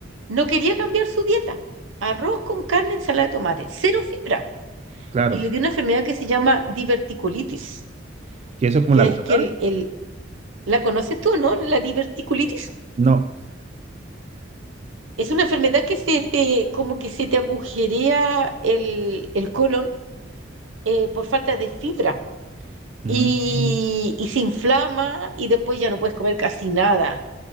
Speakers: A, on the right; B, on the right.
A: no quería cambiar su dieta. Arroz con carne, ensalada de tomate, cero fibra.
B: claro.
A: y le dio una enfermedad que se llama diverticulitis,
B: Que eso es como
A: que
B: la gota.
A: es que el, el- la conoces tú, ¿no? La diverticulitis.
B: No.
A: Es una enfermedad que se te, como que se te agujerea el, el colon eh, por falta de fibra
B: Mm,
A: y, y se inflama y después ya no puedes comer casi nada.